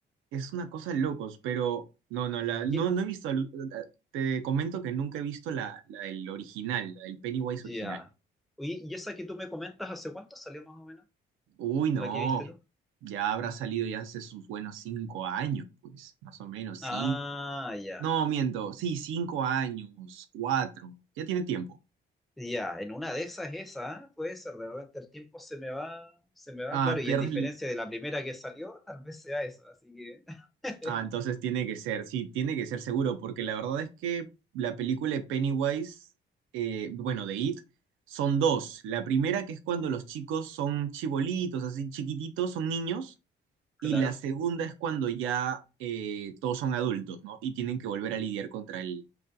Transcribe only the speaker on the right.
Es una cosa de locos, pero no, no, la, no,
no he visto, al- te comento que nunca he visto la, la del original, la del Pennywise
original.
Uy, no,
ya habrá salido ya hace sus buenos cinco años, pues, más o menos,
cinco.
No, miento, sí, cinco años, cuatro, ya tiene tiempo.
Ah,
pierdes
Ah, entonces tiene que ser, sí, tiene que ser seguro, porque la verdad es que la película de Pennywise, eh, bueno, de It, son dos. La primera que es cuando los chicos son chibolitos, así chiquititos, son niños,
y la segunda es cuando ya eh, todos son adultos, ¿no? Y tienen que volver a lidiar contra el,